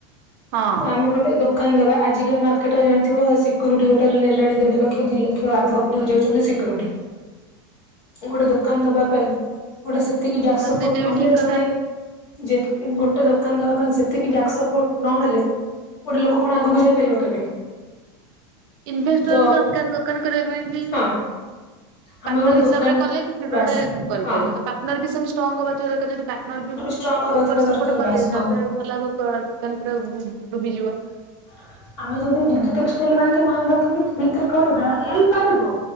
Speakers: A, on the right; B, on the left.
A: ହଁ।
B: ତ ଆମେ ଗୋଟେ ଦୋକା ଦୋକାନ ଦବା ଆଜିର ମାର୍କେଟ ଜାଣିଥିବ ସିକ୍ୟୁରିଟି ଗୋଟେ ନେଲେଣି ଦେଡ ଲକ୍ଷ ଲକ୍ଷ ଦୁଇ ଲକ୍ଷ ଆଭବ ନେଇ ଯାଉଛନ୍ତି ସିକ୍ୟୁରିଟି। ଗୋଟେ ଦୋକାନ ଦବା ପାଇଁ ଗୋଟେ ସିକ୍ୟୁ ଏତିକି ବ୍ୟାକ୍
A: ହଁ
B: ସପଟ
A: ସେଇଟା
B: ନହେଲେ
A: ବି ଠିକ କଥା
B: ଜଣେ ଯେତ ଗୋ ଗୋଟେ ଦୋକାନ ଦବା ପାଇଁ ସେତିକି ବ୍ୟାକ ସପୋର୍ଟ ନହେଲେ। ଗୋଟେ ଲୋକ କଣ ଆଗକୁ ଯାଇପାରିବ କେବେ?
A: ଇନଭେଷ୍ଟର
B: ତ
A: ବି ଦରକାର ଦୋକାନ କରିବା ପାଇଁ ବି
B: ହଁ ଆମେ
A: ପାଟନର
B: ଗୋଟେ
A: ହିସାବରେ
B: ଦୋକାନ
A: କଲେ କିଛି ଗୋଟେ
B: ବାସ୍
A: କରିପାରିବ
B: ହଁ
A: ତ ପାଟନର ସେ ବି ଷ୍ଟଙ୍ଗ ହେଵା ତ ଯଦି ପାର୍ଟନର ବି
B: ଷ୍ଟ୍ରଙ୍ଗ ହବା
A: ଉପର
B: ଥିବା
A: ସେପଟ
B: ଦରକାର
A: କଲେ
B: ବାସ୍ ହଁ।
A: ତାପରେ ଗଲା ଦୋକାନ ଦୋକାନ ପୁରା ଉବୁ ଡୁବି ଯିବ।
B: <inaudible> ଆମେ ଯଦି ଡିଡି ଟେକ୍ସଟାଇଲ ଆଣିକି ମାଲ ରଖିକି ବିକ୍ରି କରିବା ହେଇପାରିବ